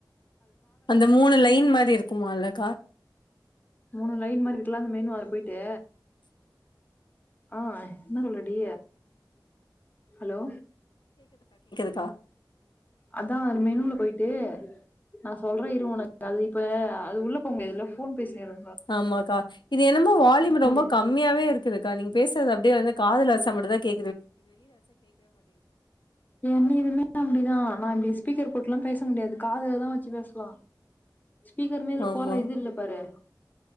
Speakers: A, on the left; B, on the left.
A: அந்த மூணு லைன் மாரி இருக்குமா இல்லக்கா
B: மூணு லைன் மார இருக்கல்ல அந்த மெனு உள்ளாற போயிட்டு ஆ என்ன சொல்றடி ஹலோ
A: த்தா
B: அதா மெனுல போயிட்டு நா சொல்றே இரு உனக்கு அது இப்ப அது உள்ள போமுடியாது இல்ல ஃபோன் பேசினுருக்குறோ
A: ஆமாக்கா இது என்னமோ வால்யூம் ரொம்ப
B: முடியாது
A: கம்மியாவே இருக்குதுக்கா நீங்க பேசுறது அப்பிடியே வந் காதல வச மட்டுதா கே
B: என்னைலுமே அப்பிடிதா நா இப்பிடி ஸ்பீக்கர் போட்டலா பேச முடியாது காதுலதா வச்சி பேசலா ஸ்பீக்கர் மேல
A: ஆமா
B: போற இது இல்ல பாரு